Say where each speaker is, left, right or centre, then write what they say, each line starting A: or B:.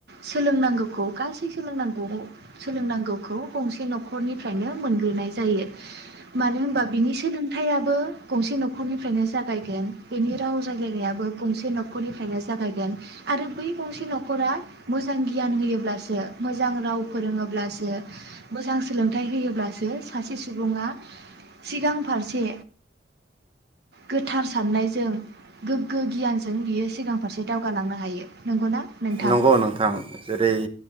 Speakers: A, on the right; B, on the right.
A: सोलोंनांगौखौ गासै सोलोंनांगौ सोलोंनांगौखौ गंसे न'खरनिफ्रायनो मोनग्रोनाय जायो मानो होनबा बिनि सोलोंथायाबो गंसे न'खरनिफ्रायनो जागायगोन बिनि राव रायलायनायाबो गंसे न'खरनिफ्रायनो जागायगोन आरो बै गंसे न'खरा मोजां गियान होयोब्लासो मोजां राव फोरोङोब्लासो मोजां सोलोंथाइ होयोब्लासो सासे सुबुङा सिगां फारसे गोथार साननायजों गोग्गो गियानजों बियो सिगां फारसे दावगालांनो हायो। नंगौना? नोंथां
B: नंगौ नोंथां जेरै